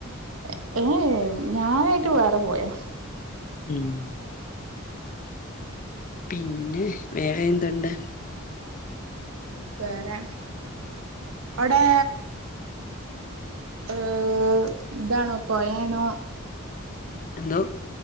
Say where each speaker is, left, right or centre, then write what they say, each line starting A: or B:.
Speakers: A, on the right; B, on the left.
A: എ ഏ ഞാനായിട്ട് വേറെ പോയാ.
B: ഉം പിന്നെ വേറെ എന്തുണ്ട്
A: വേറെ അവ്ടെ ഏ ഇതാണോ പൊയേണോ
B: എന്തോ